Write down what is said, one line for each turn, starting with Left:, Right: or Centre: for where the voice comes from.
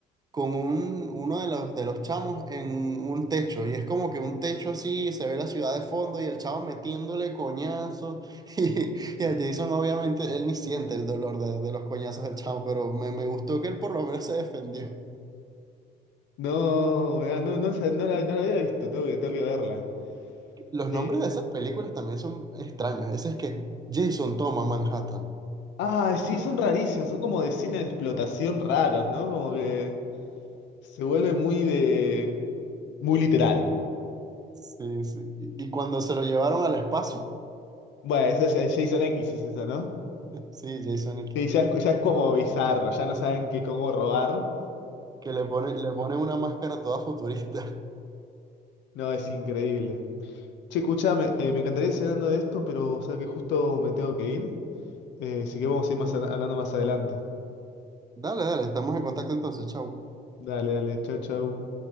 Right: con un, uno de los, de los chamos en un techo, y es como que un techo así, se ve la ciudad de fondo y el chavo metiéndole coñazos, <laughs> y, y a Jason obviamente él ni siente el dolor de, de los coñazos del chavo, pero me, me gustó que él por lo menos se defendió.
Left: No, mirá, no, no, sé, no la, no la había visto, tengo que, tengo que verla.
Right: Los
Left: Eh,
Right: nombres de esas películas también son extraños. Ese es que Jason toma Manhattan.
Left: ah, sí, son rarísimos, son como de cine de explotación raros, ¿no? Como que se vuelve muy de... muy literal.
Right: Sí, sí. Y, y cuando se lo llevaron al espacio,
Left: Bueno, eso es, es Jason X es eso, ¿no?
Right: <laughs> sí, Jason X,
Left: Sí, ya es, ya es como bizarro, ya no saben que cómo robar.
Right: que le ponen, le ponen una máscara toda futurista.
Left: No, es increíble. Che, escuchame, eh, me encantaría seguir hablando de esto, pero sabes que justo me tengo que ir. Eh, así que vamos a ir más, a- hablando más adelante.
Right: <laughs> Dale, dale, estamos en contacto entonces, chao.
Left: Dale, dale, chau, chau.